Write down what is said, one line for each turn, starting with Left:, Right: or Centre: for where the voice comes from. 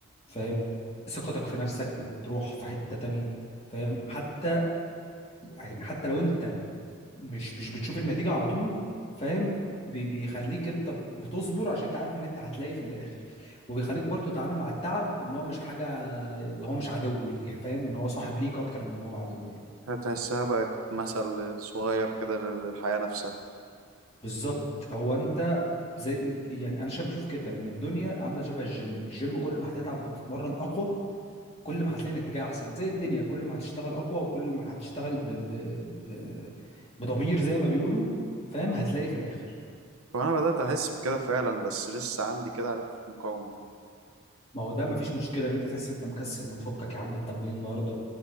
Left: فاهم ثقتك في نفسك بتروح في حتة تانية فاهم حتى يعني حتى لو انت مش مش بتشوف النتيجة على طول فاهم بي- بيخليك انت بتصبر عشان انت عارف ان انت هتلاقي في الاخر وبيخليك برضو تتعامل مع التعب ان هو مش حاجة اللي هو مش عدو يعني فاهم ان هو صاحب ليك اكتر من ان هو عدو يعني
Right: هتحسها بقت مثل صغير كده لل- للحياه نفسها
Left: بالظبط هو انت زي يعني انا شا- بشوف كده ان الدنيا عامله شبه الجيم الجيم كل ما هتتعب وتتمرن اقوى كل ما هتلاقي نتيجة أحسن زي الدنيا كل ما هتشتغل أقوى وكل ما هتشتغل ب... ب... ب... بضمير زي ما بيقولوا فاهم هتلاقي في الآخر
Right: وانا بدات احس بكده فعلا بس لسه عندي كده عارف مقاومه
Left: ما هو ده مفيش مشكلة إن أنت تحس إن أنت مكسل ما تفكك يا عم التمرين النهاردة